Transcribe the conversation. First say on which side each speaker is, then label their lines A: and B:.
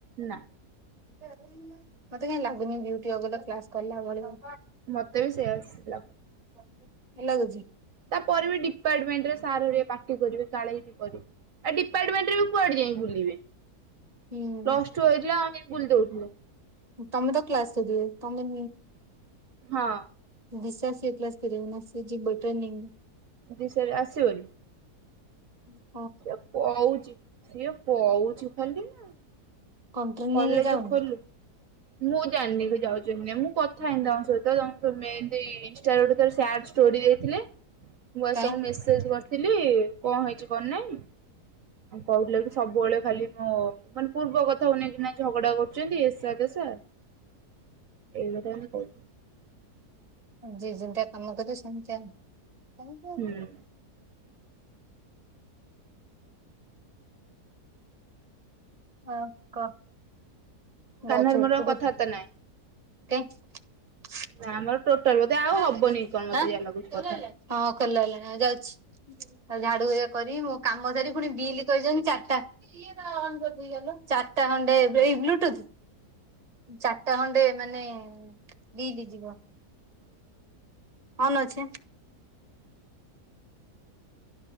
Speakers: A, on the right; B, on the right.
A: ନା
B: ମତେ କାହିଁ ଲାଗୁନି ବିୟୁଟି <unintelligible> କ୍ଲାସ୍ କରିଲା ଭଳିଆ।
A: ମତେ ବି ସେଇଆ ଲା
B: <unintelligible> ଲାଗୁଚି।
A: ତା ପରେ ବି ଡିପାର୍ଟମେଣ୍ଟରେ ସାର୍ ହେରିଆ ପା କରିବେ କାଳେ କରିବେ ଆଉ ଡିପାର୍ଟମେଣ୍ଟରେ କୁଆଡ଼େ ଯାଇ ବୁଲିବେ।
B: ହୁଁ
A: ନଷ୍ଟ ହୋଇଥିଲା ଆମେ <unintelligible>
B: ତମେ ତ କ୍ଲାସ୍ <unintelligible> ତମେ
A: ହଁ।
B: <unintelligible>
A: <unintelligible> ଆସିବନି।
B: ହୁଁ
A: ସିଏ କହୁଚି ସିଏ କହୁଚି ଖାଲି ନା।
B: କଣ ଟ୍ରେନିଂ
A: କଲେଜ୍
B: ରେ ଯାଉନି
A: ଖୋଲୁ ମୁଁ ଜାଣିନି। ଯାଉଛନ୍ତି <unintelligible> ମୁଁ କଥା ହେଇନି ତାଙ୍କ ସହିତ <unintelligible> ଇନଷ୍ଟା ରେ ଗୋଟେ <unintelligible> ସ୍ୟାଡ଼ ଷ୍ଟୋରୀ ଦେଇଥିଲେ। ଛୁଆ
B: କାଇଁ
A: ସବୁ ମେସେଜ୍ କରିଥିଲେ କଣ ହେଇଛି କଣନାହିଁ। ଆ କହୁଥିଲେ କି ସବୁବେଳେ ଖାଲି ମୋ ମାନେ ପୂର୍ବ କଥା କୁ ନେଇକିନା ଝଗଡ଼ା କରୁଛନ୍ତି ଏସା ତେସା। ଏଇ <unintelligible>
B: ଯିଏ ଯେମିତି କା କାମ କରେ ସେମିତିଆ ପାଇବ।
A: ହୁଁ
B: ହଁ କ <unintelligible>
A: କାହ୍ନାର ମୋର କଥାବାର୍ତ୍ତା
B: <unintelligible>
A: ନା ଆମର ଟୋଟାଲ ବୋଧେ
B: <unintelligible>
A: ଆଉ ହବନି କଣ ମତେ ଯାହା ଲାଗୁଛି
B: ହଁ <unintelligible>
A: କଥା
B: ହେଲାଣି ଯାଉଚି। ଆଉ ଝାଡ଼ୁ କରିବି ମୋ କାମ ସାରି ପୁଣି ବିଲ୍ କହିଛନ୍ତି ଚାରିଟା <unintelligible> ଚାରିଟା। <unintelligible> ବ୍ଲୁତୁଥ୍। ଚାରିଟା ଖଣ୍ଡେ ମାନେ <unintelligible> ଯିବ। ଅନ୍ ଅଛି ଆଁ।